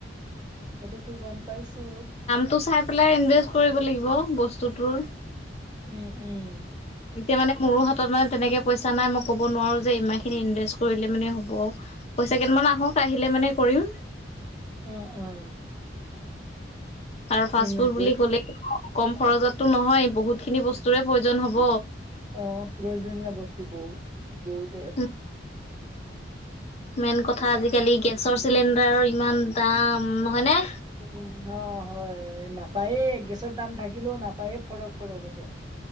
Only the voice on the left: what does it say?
টো চাই পেলাই ইনভেষ্ট কৰিব লাগিব বস্তুটোৰ।
এতিয়া মানে মোৰো হাতত মানে তেনেকে পইচা নাই মই ক'ব নোৱাৰো যে ইমানখিনি ইনভেষ্ট কৰিলে মানে হ'ব পইচা কেইটামান আহক আহিলে মানে কৰিম।
আৰু ফাষ্ট
ফুড বুলি
ক'লে কম খৰচতটো নহয় বহুতখিনি বস্তুৰে প্ৰয়োজন হ'ব।
অ <inaudible> মেইন কথা আজিকালি গেছৰ চিলিণ্ডাৰৰ ইমান দাম নহয় নে?